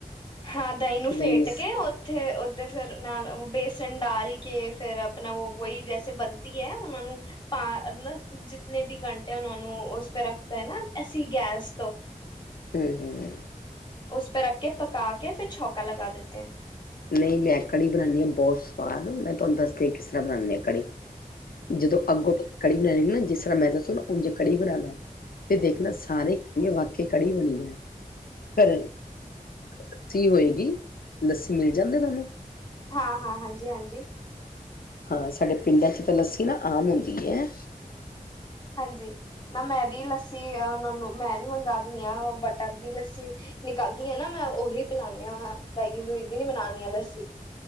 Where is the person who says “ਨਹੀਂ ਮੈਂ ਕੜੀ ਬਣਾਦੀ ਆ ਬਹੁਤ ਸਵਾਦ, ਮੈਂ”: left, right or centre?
Left